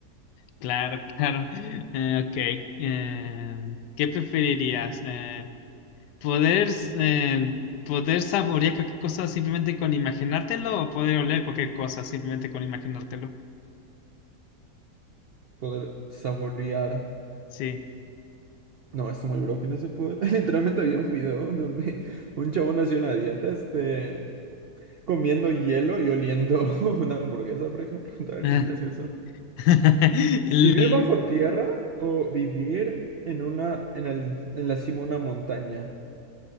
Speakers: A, on the left (about 80°); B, on the right (about 80°).
A: Claro, <laughs> claro. Eh, ok. Eh, ¿qué preferirías? Eh, ¿poder, eh, poder saborear cualquier cosa simplemente con imaginártelo o poder oler cualquier cosa simplemente con imaginártelo?
B: Poder saborear.
A: Sí.
B: No, está muy broken ese poder. <laughs> Literalmente había un video donde un chabón hacía una dieta, este. comiendo hielo y oliendo <laughs> una hamburguesa, por ejemplo. <laughs> Está bien
A: Ah.
B: gracioso.
A: <laughs> El-
B: ¿Vivir
A: el-
B: bajo tierra o vivir en una, en el, en la cima de una montaña?